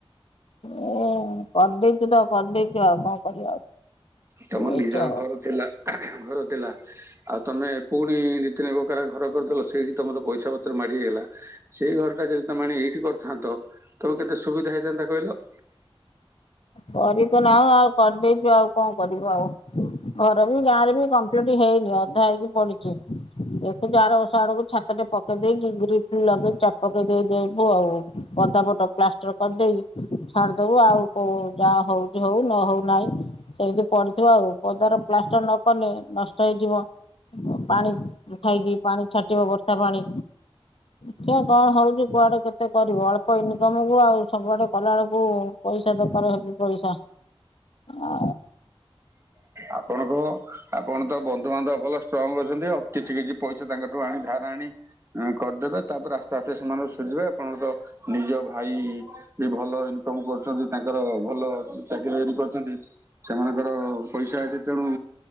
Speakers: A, on the left; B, on the right.
A: ଏ କରିଦେଇଛୁ ତ କରିଦେଇଛୁ ଆଉ କଣ କରିବା ଆଉ।
B: ତମର ନିଜର
A: ଏଇଟା
B: ଘର ଥିଲା। ଘର ଥିଲା ଆଉ ତମେ ପୁଣି ତିନି ବଖରା ଘର କରିଦେଲ ସେଇଠି ତମର ପଇସା ପତ୍ର ମାଡି ହେଇଗଲା ସେଇ ଘର ଟା ଯଦି ତମ ଏଇଠି କରି ଥାନ୍ତ ତମେ କେତେ ସୁବିଧା ହେଇଯନ୍ତା କହିଲ।
A: କରିତୁ ନାହୁଁ ଆଉ କରିଦେଇଛୁ ଆଉ କଣ କରିବୁ ଆଉ ଘର ବି ଗାଁରେ ବି କମ୍ପ ପ୍ଲିଟ ହେଇନି ଅଧା ହେଇକି ପଡିଚି ଦେଖୁଛୁ ଆର ବର୍ଷ ଆଡକୁ ଛାତଟେ ପକେଇ ଦେଇକି ଗ୍ରି ଫ୍ରି ଲଗେଇ ଚାପକେଇ ଦେଇଦବୁ ଆଉ ପଦା ପଟ ପ୍ଲାଷ୍ଟର କରିଦେଇ ଛାଡିଦବୁ ଆଉ ହଉ ଯାହା ହଉଛି ହଉ ନ ହଉ ନାହିଁ ସେମିତି ପଡିଥିବ ଆଉ ପଦାର ପ୍ଲାଷ୍ଟର ନ କଲେ ନଷ୍ଟ ହେଇଯିବ ପାଣି ଖାଇକି ପାଣି ଛାଟିବ ବର୍ଷା ପାଣି। ଆା କଣ ହଉଛି କୁଆଡେ କେତେ କରିବୁ ଅଳ୍ପ ଇନକମକୁ ଆଉ ସବୁଆଡେ କଲା ବେଳକୁ ପଇସା ସେ ଟୋକାର ହେବି ପଇସା ଆ
B: ଆପଣଙ୍କ ଆପଣ ତ ବନ୍ଧୁବାନ୍ଧବ ଭଲ ଷ୍ଟ୍ରଙ୍ଗ ଅଛନ୍ତି ଆଉ କିଛି କିଛି ପଇସା ତାଙ୍କଠୁ ଆଣି ଧାର ଆଣି ହୁଁ କରିଦେବେ ତାପରେ ଆସ୍ତେ ଆସ୍ତେ ସେମାନଙ୍କୁ ସୁଝିବେ ଆପଣଙ୍କ ତ ନିଜ ଭାଇ ବି ଭଲ ଇନକମ କରୁଛନ୍ତି ତାଙ୍କର ଭଲ ଚାକିରୀ ବାକିରି କରିଛନ୍ତି ସେମାନଙ୍କର ପଇସା ଅଛି ତେଣୁ